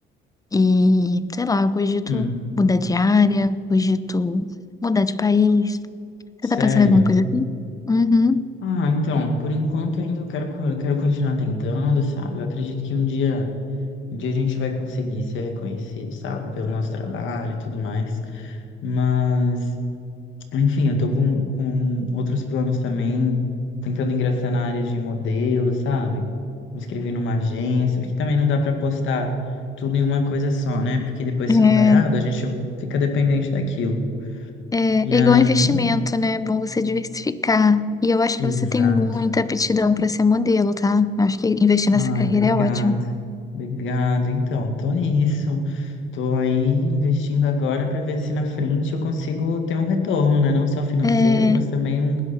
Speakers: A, on the left; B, on the left.
A: E, sei lá, eu cogito
B: Hum,
A: mudar de área, cogito mudar de país.
B: sério?
A: Você tá pensando em alguma coisa assim? Uhum.
B: Ah, então, por enquanto ainda eu quero, co- eu quero continuar tentando, sabe? Eu acredito que um dia, um dia a gente vai conseguir ser reconhecido, sabe? Pelo nosso trabalho e tudo mais. Mas. Enfim, eu tô com, com outros planos também, tentando ingressar na área de modelo, sabe? Me inscrever numa agência, porque também não dá pra postar tudo em uma coisa só, né? Porque depois,
A: é
B: se não dá errado, a gente fica dependente daquilo.
A: É,
B: E aí,
A: é igual investimento, né? É bom você diversificar. E eu acho
B: exato.
A: que você tem muita aptidão para ser modelo, tá? Eu acho que investir
B: Ai,
A: nessa carreira
B: obrigado.
A: é ótimo.
B: Obrigado. Então, tô nisso. Tô aí investindo agora para ver se na frente eu consigo ter um retorno, né? Não só financeiro,
A: É,
B: mas também um,